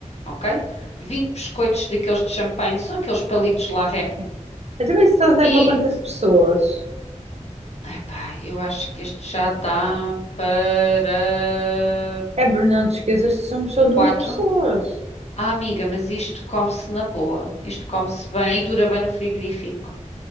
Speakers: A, on the left; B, on the right.
A: ok? 20 biscoitos daqueles de champanhe, são aqueles palitos La Reine.
B: Sim. Eu também estás a dizer
A: E
B: para quantas pessoas?
A: Epá, eu acho que este já dá para
B: É, Bruno, não te esqueças que somos só duas
A: quatro.
B: pessoas.
A: Ah, amiga, mas isto come-se na boa. Isto come-se bem e dura bem no frigorífico.